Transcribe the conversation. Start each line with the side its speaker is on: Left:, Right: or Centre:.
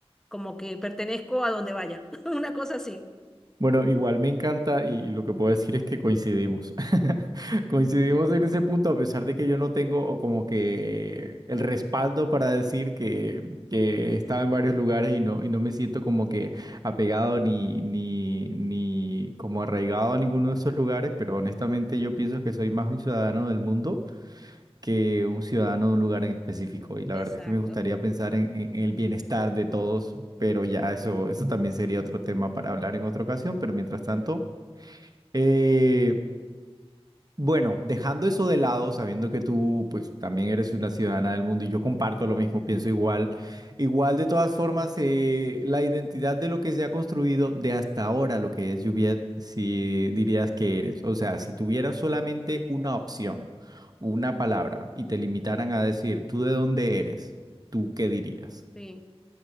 Centre: como que pertenezco a donde vaya, <laughs> una cosa así.
Right: Bueno, igual me encanta y lo que puedo decir es que coincidimos. <laughs> Coincidimos en
Centre: Mm,
Right: ese punto a pesar de que yo no tengo como que el respaldo para decir que, que estaba en varios lugares y no, y no me siento como que apegado ni, ni, ni como arraigado a ninguno de esos lugares, pero honestamente yo pienso que soy más un ciudadano del mundo que un ciudadano de un lugar en específico. Y la verdad
Centre: Exacto,
Right: es que me gustaría pensar en, en- en el bienestar de todos, pero ya eso, eso también sería otro tema para hablar en otra ocasión. Pero mientras tanto, eh, bueno, dejando eso de lado, sabiendo que tú pues también eres una ciudadana del mundo y yo comparto lo mismo, pienso igual, igual de todas formas eh, la identidad de lo que se ha construido de hasta ahora, lo que es Juliet, si dirías que eres, o sea, si tuvieras solamente una opción, una palabra y te limitaran a decir tú de dónde eres, ¿tú qué dirías?
Centre: sí.